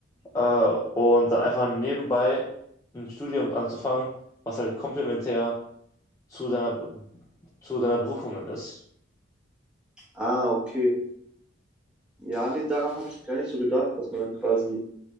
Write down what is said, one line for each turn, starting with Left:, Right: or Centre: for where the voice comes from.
Left: Äh, und dann einfach nebenbei ein Studium anzufangen, was halt komplementär zu deiner, zu deiner Berufung dann ist.
Centre: Ah, okay. Ja, nee, daran habe ich gar nicht so gedacht, dass man dann quasi